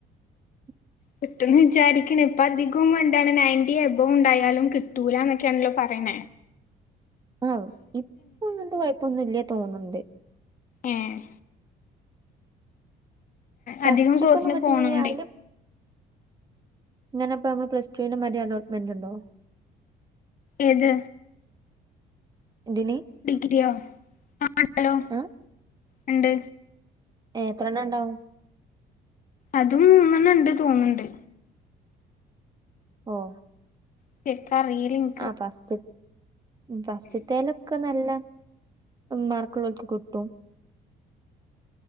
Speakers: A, on the right; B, on the left.
A: <unintelligible>
B: കിട്ടുംന്ന് വിചാരിക്ക്ണ് ഇപ്പ അധികം എന്താണ് നയൻ്റി എബൗ ഉണ്ടായാലും കിട്ടൂലന്നൊക്കെയാണല്ലോ പറയ്ണേ
A: ആഹ് ഇപ്പൊന്നു അങ്ങൻത്തെ കൊഴപ്പൊന്നുല്ല തോന്ന്ണ്ട്
B: ഏഹ്
A: പസ്ച്ക്കൊന്നും
B: അധികം കോഴ്സിന്
A: കിട്ടുന്ന
B: പോണോണ്ടേ
A: അയ്ന്റെ ഇങ്ങനെപ്പ നമ്മള് പ്ലസ്ടുവിന്റെമാരി അലോ്മന്റ് ഉണ്ടോ
B: ഏത്
A: ഇതിന്
B: ഡിഗ്രിയോ ആഹ് ണ്ടല്ലോ
A: ആഹ്
B: ഉണ്ട്
A: ഏഹ് എത്ര എണ്ണം ഉണ്ടാവും
B: അതും ഇങ്ങനെ ഉണ്ട് തോന്ന്ണ്ണ്ട്
A: ഓഹ്
B: <unintelligible>
A: ആഹ് പസ്‌റ്റ് പസ്റ്റ്ത്തേല ക്ക നല്ല മാർക്ക്ള്ളോൽക്ക് കിട്ടും